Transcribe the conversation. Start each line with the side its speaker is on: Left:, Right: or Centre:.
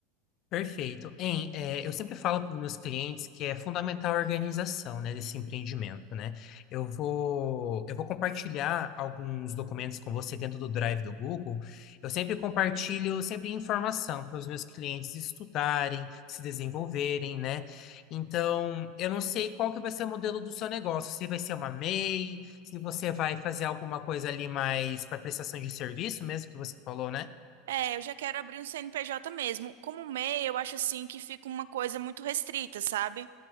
Left: perfeito. Em, é, eu sempre falo para os meus clientes que é fundamental a organização, né, desse empreendimento, né? Eu vou, eu vou compartilhar alguns documentos com você dentro do Drive do Google. Eu sempre compartilho sempre informação para os meus clientes estudarem, se desenvolverem, né? Então, eu não sei qual que vai ser o modelo do seu negócio, se vai ser uma MEI, se você vai fazer alguma coisa ali mais para prestação de serviço mesmo que você falou, né?
Right: É, eu já quero abrir um CNPJ mesmo. Como MEI, eu acho assim que fica uma coisa muito restrita, sabe?